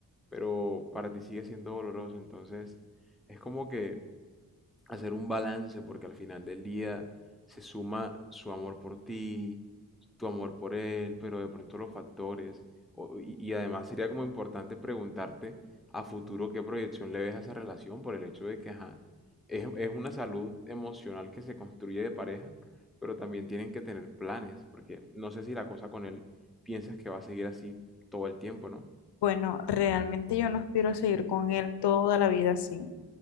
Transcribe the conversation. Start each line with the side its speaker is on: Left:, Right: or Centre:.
Centre: pero para ti sigue siendo doloroso, entonces es como que hacer un balance, porque al final del día se suma su amor por ti, tu amor por él, pero de pronto los factores. o- y, y además sería como importante preguntarte a futuro qué proyección le ves a esa relación por el hecho de que, ajá, es, es una salud emocional que se construye de pareja, pero también tienen que tener planes, porque no sé si la cosa con él piensas que va a seguir así todo el tiempo, ¿no?
Left: Bueno, realmente yo no aspiro a seguir con él toda la vida así.